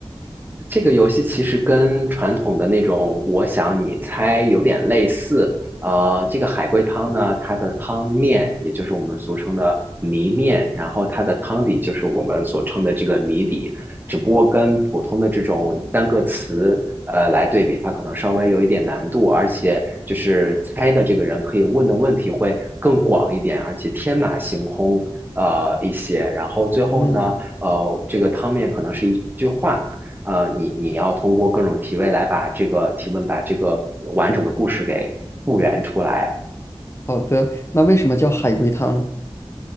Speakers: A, on the right (about 20°); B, on the left (about 25°).
A: 这个游戏其实跟传统的那种我想你猜有点类似。呃，这个海龟汤呢，它的汤面也就是我们俗称的谜面，然后它的汤底就是我们所称的这个谜底，只不过跟普通的这种单个词呃来对比，它可能稍微有一点难度，而且就是猜的这个人可以问的问题会更广一点，而且天马行空呃一些。然后最后呢，
B: 嗯，
A: 呃，这个汤面可能是一句话。呃，你你要通过各种提问来把这个提问把这个完整的故事给复原出来。
B: 好的。那为什么叫海龟汤呢？